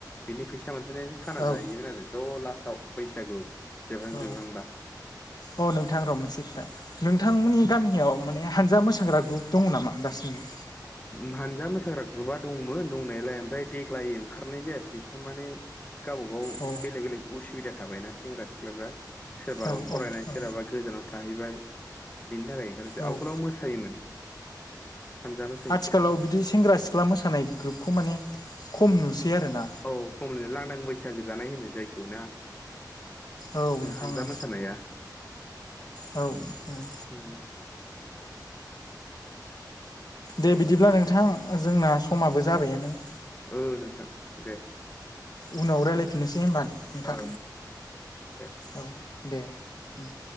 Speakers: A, on the left; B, on the left.
A: बेनि फैसा मोन नायजों खाना
B: औ
A: जाहोमोन आरो ज' लास्टआव बैसागु जोबहां
B: औ
A: जोबहांबा
B: अ नोंथां र' मोनसे खोथा नोंथांमोननि गामियाव माने हानजा मोसाग्रा ग्रुप दङ नामा दासिमबो?
A: उम हानजा मोसाग्रा ग्रुपा दंमोन दंनायालाय ओमफ्राय देग्लाय ओंखारनाय जायासै तारमाने गावबाागाव
B: औ
A: बेलेग बेलेग उसुबिदा थाबायना सेंग्रा सिख्लाफ्रा सोरबा
B: औ
A: फरायनाय
B: औ औ
A: सोरहाबा गोजानाव थाहैबाय। बेनि थाखाय ओंखारासै
B: औ
A: आवगोलाव मोसायोमोन हानजा मो
B: आथिखालाव बिदि सेंग्रा सिख्ला मोसानाय ग्रुपखौ माने खम नुसै आरोना
A: औ खमलनो लांदां बैसागो जानाय होनो जायखौ नान?
B: औ
A: ओ
B: नोंथां
A: हानजा
B: औ
A: मोसानाया
B: औ औ
A: उम
B: दे बिदिब्ला नोंथां जोंना समाबो जाबायानो।
A: औ नोंथां दे।
B: उनाव रायलायफिननोसै होनबा नोंथां
A: ओ दे।
B: औ। दे उम